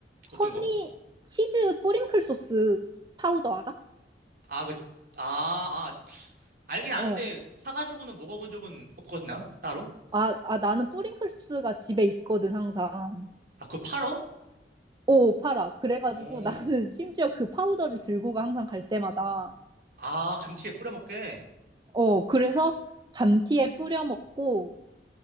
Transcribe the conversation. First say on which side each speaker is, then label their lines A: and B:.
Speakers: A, on the right; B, on the right.
A: 어떤
B: 허니
A: 거?
B: 치즈 뿌링클 소스 파우더 알아?
A: 아, 그, 아, 아, 알긴 아는데,
B: 어.
A: 사가지고는 먹어본 적은 없거든, 나? 따로?
B: 아, 아, 나는 뿌링클스가 집에 있거든, 항상.
A: 아, 그거 팔어?
B: 오, 팔아. 그래가지고
A: 어.
B: <laughs> 나는 심지어 그 파우더를 들고 가, 항상 갈 때마다.
A: 아, 감튀에 뿌려 먹게.
B: 어, 그래서 감티에 뿌려 먹고,